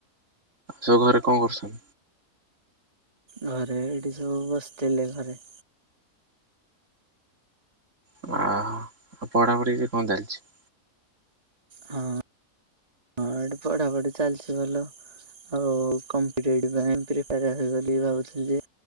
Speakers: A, on the right; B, on the right.
A: ସବୁ ଘରେ କଣ କରୁଛନ୍ତି?
B: ଘରେ ଏଇଠି ସବୁ ବସିଥିଲେ ଘରେ।
A: ଓହୋ ଆଉ ପଢ଼ାପଢି କି କଣ ଚାଲିଛି?
B: ହଁ। ହଁ ଏଠି ପଢାପଢି ଚାଲିଛି ଭଲ। ଆଉ କମ୍ପିଟିଟିଭ୍ ପାଇଁ ପ୍ରିପେୟାର୍ ହେବି ବୋଲି ଭାବୁଥିଲେ ଯେ